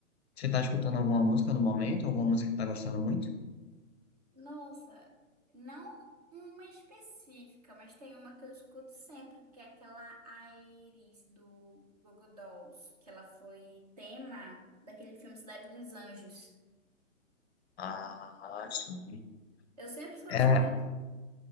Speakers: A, on the left (about 50°); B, on the right (about 30°).
A: você tá escutando alguma música no momento? Alguma música que tá gostando muito?
B: Nossa, não uma específica, mas tem uma que eu escuto sempre, que é aquela Iris do Google Dolls, que ela foi tema daquele filme Cidade dos Anjos.
A: Ah, sim.
B: Eu sempre escuto
A: É,
B: essa música.